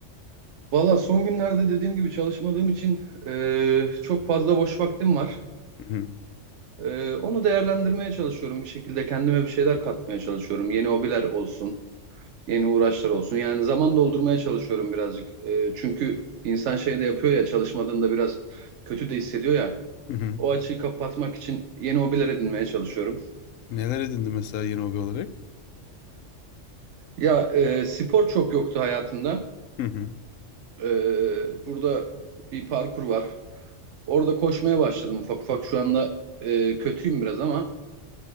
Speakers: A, on the right (about 70°); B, on the left (about 85°).
A: Valla son günlerde dediğim gibi çalışmadığım için e, çok fazla boş vaktim var.
B: Hı hı,
A: E, onu değerlendirmeye çalışıyorum bir şekilde. Kendime bir şeyler katmaya çalışıyorum. Yeni hobiler olsun, yeni uğraşlar olsun. Yani zaman doldurmaya çalışıyorum birazcık. E, çünkü insan şey de yapıyor ya, çalışmadığında biraz kötü de hissediyor ya.
B: hı hı.
A: O açığı kapatmak için yeni hobiler edinmeye çalışıyorum.
B: Neler edindin mesela yeni hobi olarak?
A: Ya e, spor çok yoktu hayatımda.
B: Hı hı.
A: E, burada bir parkur var. Orada koşmaya başladım ufak ufak. Şu anda e, kötüyüm biraz ama